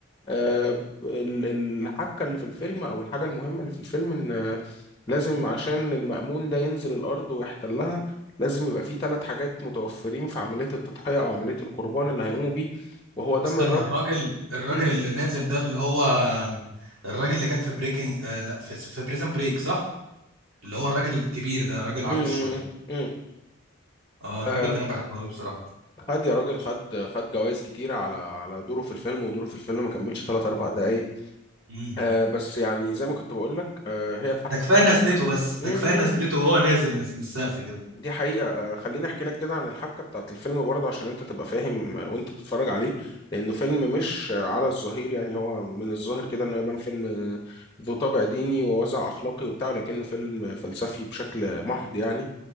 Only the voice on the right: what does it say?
استنى
الراجل الراجل
اللي نازل ده اللي هو آم، الراجل اللي كان في بريكنج آه لا في في بريزن بريك صح اللي هو الراجل الكبير ده راجل عجوز
شويه
اه الراجل
ده انا بحبه قوي بصراحه
امم
ده كفايه نزلته بس
ده كفايه نزلته وهو نازل من من السقف كده